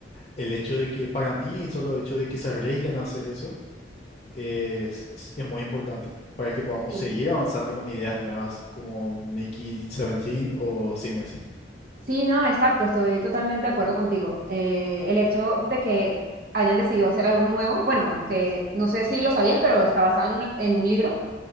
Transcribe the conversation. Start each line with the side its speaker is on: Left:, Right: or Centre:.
Left: el hecho de que para mí, solo el hecho de que se arriesguen a hacer eso, es, es muy importante para que podamos
Right: Sí.
Left: seguir avanzando con ideas nuevas como Mickey 17 o Sinners.
Right: Sí, no, exacto, estoy totalmente de acuerdo contigo. Eh, el hecho de que hayan decidido hacer algo nuevo, bueno, aunque no sé si lo sabías, pero está basado en, una- en un libro.